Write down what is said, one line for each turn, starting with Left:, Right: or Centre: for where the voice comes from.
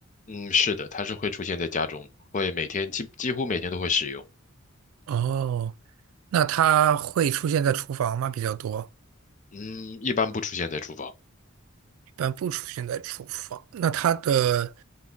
Left: 嗯，是的，它是会出现在家中的会每天几几乎每天都会使用。
Right: 哦，那它会出现在厨房吗？比较多，
Left: 嗯，一般不出现在厨房。
Right: 一般不出现在厨房。那它的